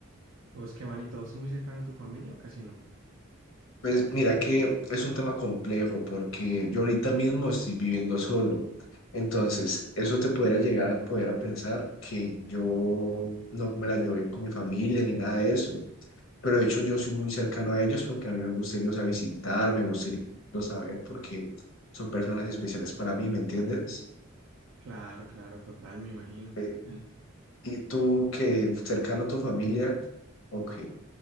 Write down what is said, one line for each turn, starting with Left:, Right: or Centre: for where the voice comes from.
Right: ¿Vos qué man y todos son muy cercanos a tu familia o casi no?
Left: Pues mira que es un tema complejo porque yo ahorita mismo estoy viviendo solo. Entonces, eso te podría llegar a poder a pensar que yo no me la llevo bien con mi familia ni nada de eso. Pero de hecho yo soy muy cercano a ellos porque a mí me gusta irlos a visitar, me gusta irlos a ver porque son personas especiales para mí, ¿me entiendes?
Right: Claro, claro, total, me imagino.
Left: Eh,
Right: Mm.
Left: ¿Y tú que cercano a tu familia? Ok. sí,